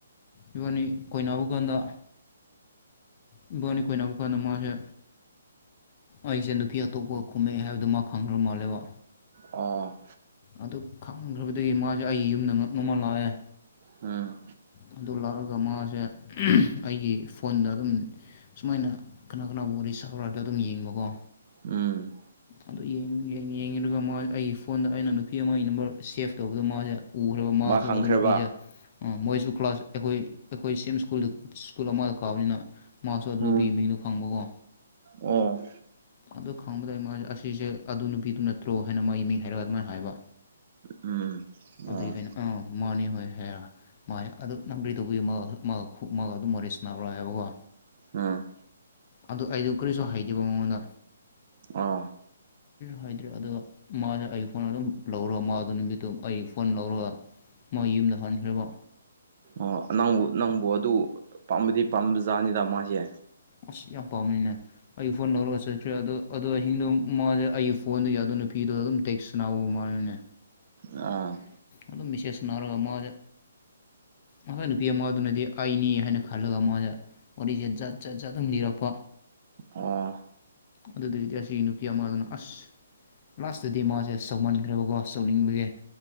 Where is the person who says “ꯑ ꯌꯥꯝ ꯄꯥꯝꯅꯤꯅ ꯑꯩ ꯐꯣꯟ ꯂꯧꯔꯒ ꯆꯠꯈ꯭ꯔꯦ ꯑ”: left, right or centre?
Left